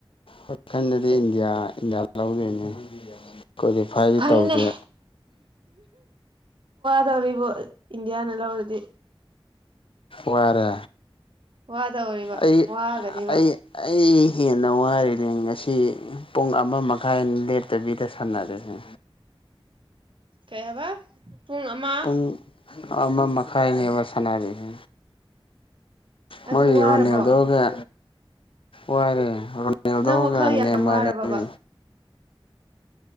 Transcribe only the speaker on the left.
ꯋꯈꯟꯗꯗꯤ ꯏꯟꯗꯤꯌꯥ ꯏꯟꯗꯤꯌꯥꯗ ꯂꯧꯗꯣꯏꯅꯦ ꯀ꯭ꯋꯥꯂꯤꯐꯥꯏꯗꯤ
ꯇꯧꯗꯦ
ꯋꯥꯔꯦ
ꯑꯩ
ꯑꯩ ꯑꯩ ꯍꯦꯟꯅ ꯋꯥꯔꯤꯔꯤꯅꯦ ꯉꯁꯤ ꯄꯨꯡ ꯑꯃ ꯃꯈꯥꯏ ꯂꯦꯞꯇꯕꯤꯗ ꯁꯥꯟꯅꯔꯦꯅꯦ
ꯄꯨꯡ ꯑꯃ ꯃꯈꯥꯏꯅꯦꯕ ꯁꯅꯥꯔꯤꯗꯣ
ꯃꯣꯏꯒꯤ
ꯔꯣꯅꯦꯜꯗꯣꯒ ꯋꯥꯔꯦ ꯔꯣꯅꯦꯜꯗꯣꯒ
ꯅꯦꯃꯥꯔꯒꯗꯤ